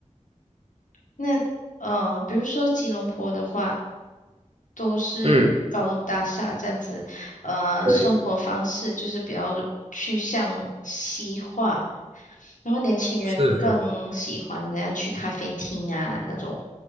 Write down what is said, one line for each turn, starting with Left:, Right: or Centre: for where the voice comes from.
Left: 那呃，比如说吉隆坡的话，都是高楼大厦这样子，
Right: 嗯，
Left: 呃，
Right: 对，
Left: 生活方式就是比较趋向西化，然后年轻人更喜欢怎样去咖啡厅啊那种，
Right: 是是。